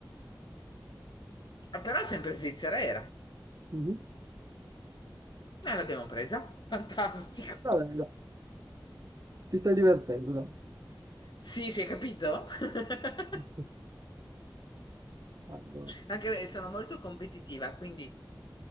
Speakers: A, on the left (about 65°); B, on the right (about 45°).
A: Ah, Però sempre Svizzera era.
B: Mhm.
A: Noi l'abbiamo presa. Fantastico.
B: Vabbè,
A: <laughs>
B: dai, ti stai divertendo, dai.
A: Sì, si è capito? <laughs>
B: <laughs> Allora,
A: Anche perché sono molto competitiva, quindi